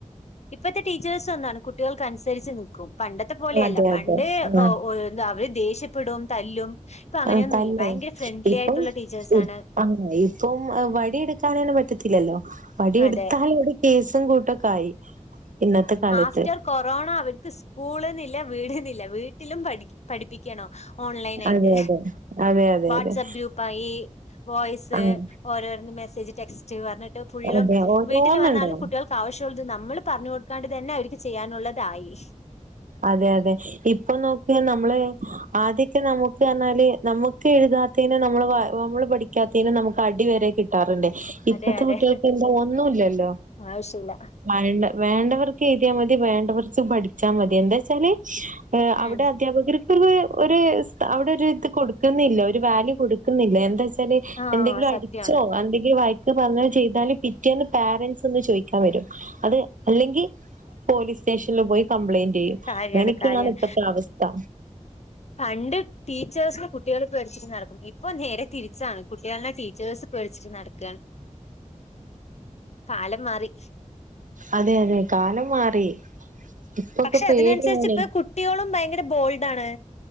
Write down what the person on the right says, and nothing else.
അതെ
അതെ ആഹ്
ആഹ് തന്നെ
ഇപ്പം
ആ ഇപ്പം വഴിയ എടുക്കാനാണ് പറ്റ ത്തില്ലല്ലോ വടിയ എടുത്താാല
അത് കേസും കൂട്ടൊക്കെ ആയി ഇന്നത്തെ കാലത്ത്
അതെ അതെ അതെ അതെ
അതെ
ആഹ്
അതെ ഓരോന്നുണ്ടാവും
അതെ അതെ ഇപ്പൊ നോക്കുക നമ്മള് ആദ്യൊക്കെ നമുക്ക് പറഞ്ഞാല് നമുക്ക് എഴുതാത്ത നമ്മള് നമ്മള് പഠിക്കാത്തേനും നമുക്ക് അടി വരെ കിട്ടാറുണ്ട് ഇപ്പത്തെ
കുട്ടികൾക്ക് എന്താ ഒന്നുമല്ലല്ലോ
വേണ്ട വേണ്ടവർക്ക് എഴുതിയാൽ മതി വേണ്ട കുറച്ച് പഠിച്ചാൽ മതി എന്താ വെച്ചാല്
അവിടെ അധ്യാപകർക്ക് ഒരു ഒരു അവിടെ ഒരു ഇത് കൊടുക്കുന്നില്ല ഒരു വാല്യൂ കൊടുക്കുന്നില്ല എന്താ െ
എന്തെങ്കിലും അടിച്ചോ
എന്തെങ്കിലും വയക്ക പറഞ്ഞ ചെയ്താലും പിറ്റേന്ന് പാരന്റ്സ് ഒന്ന് ചോദിക്കാൻ വരും അത് അല്ലെങ്കിൽ പോലീസ് സ്റ്റേഷനിൽ പോയി കംപ്ലൈയിന്റ് ചെയ്യും
അങ്ങനെയൊക്കെയാണ്
ഇപ്പോത്തെ അവസ്ഥ
അതെ അതെ കാലം മാറി. ഇപ്പൊക്കെ
പേടിയാണ്